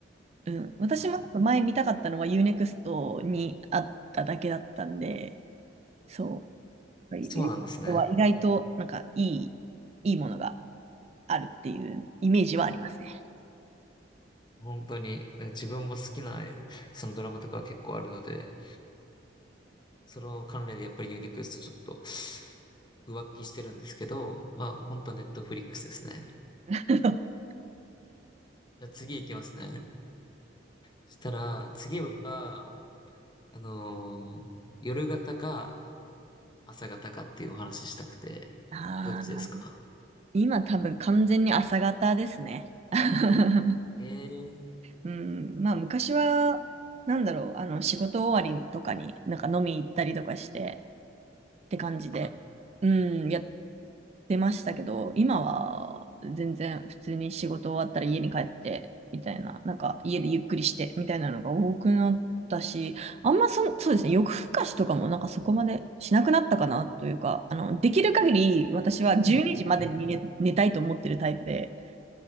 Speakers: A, on the right; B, on the left.
A: うん、私もちょっと前見たかったのはユーネクストにあっただけだったんで、
B: はい。
A: そう。なんかユーネクストは意外となんかいい、
B: そうなんですね。
A: いいものがあるっていうイメージはありますね。
B: 本当に、自分も好きな、そのドラマとか結構あるので、その関連でやっぱりユーネクストちょっと浮気してるんですけど、まあ本当ネットフリックスですね。
A: <laughs>
B: じゃあ次行きますね。そしたら、次は、あのー夜型か朝型かっていうお話ししたくて、
A: ああ、
B: どっちですか
A: 今多分完全に朝方ですね。<laughs>
B: へえ、
A: うん、まあ昔は、なんだろう、あの仕事終わりとかになんか飲み行ったりとかして、て感じで、
B: あ、
A: うん、やってましたけど、今は全然普通に仕事終わったら家に帰ってみたいな、なんか家でゆっくりしてみたいなのが多くなったし、あんまそん、そうですね、夜更かしとかもなんかそこまでしなくなったかなというか、あの、できる限り私は12時までに寝、
B: そうなんですね。
A: 寝たいと思ってるタイプで、